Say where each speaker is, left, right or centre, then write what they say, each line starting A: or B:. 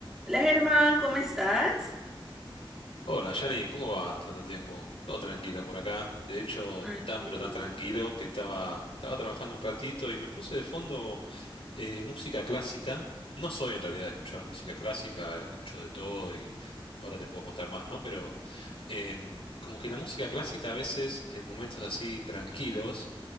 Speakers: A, in the centre; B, on the left.
A: Hola Germán, ¿cómo estás?
B: Hola, Yanni, ¿cómo va? Tanto tiempo. Todo tranquilo por acá. De hecho,
A: Ay,
B: tan
A: qué bueno.
B: pero tan tranquilo que estaba, estaba trabajando un ratito y me puse de fondo eh, música clásica. No soy en realidad de escuchar música clásica, escucho de todo y ahora te puedo contar más, ¿no? Pero em, como que la música clásica a veces, en momentos así tranquilos,